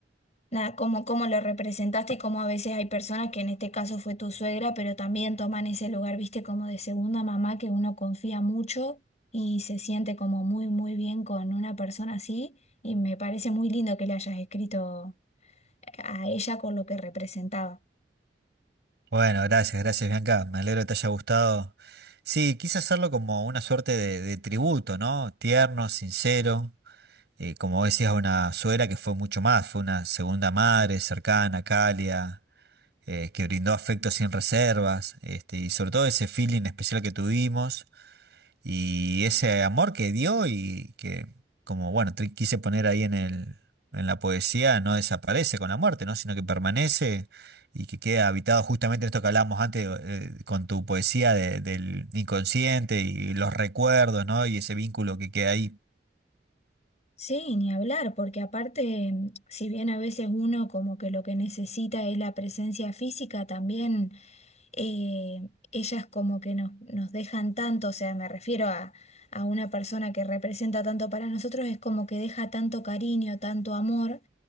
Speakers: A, on the left; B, on the right.
A: nada, cómo, cómo lo representaste y cómo a veces hay personas que en este caso fue tu suegra, pero también toman ese lugar, viste, como de segunda mamá que uno confía mucho y se siente como muy, muy bien con una persona así. Y me parece muy lindo que le hayas escrito a ella con lo que representaba.
B: Bueno, gracias, gracias Bianca, me alegro que te haya gustado. Sí, quise hacerlo como una suerte de, de tributo, ¿no? Tierno, sincero, eh, como decías, a una suegra que fue mucho más, fue una segunda madre cercana, cálida eh, que brindó afecto sin reservas, este, y sobre todo ese feeling especial que tuvimos y ese amor que dio y que, como bueno, tri- quise poner ahí en el, en la poesía, no desaparece con la muerte, ¿no? Sino que permanece y que queda habitado justamente en esto que hablábamos antes eh, con tu poesía de- del inconsciente y los recuerdos, ¿no? Y ese vínculo que queda ahí.
A: Sí, ni hablar, porque aparte, mm, si bien a veces uno como que lo que necesita es la presencia física, también eh, ellas como que nos, nos dejan tanto, o sea, me refiero a, a una persona que representa tanto para nosotros, es como que deja tanto cariño, tanto amor,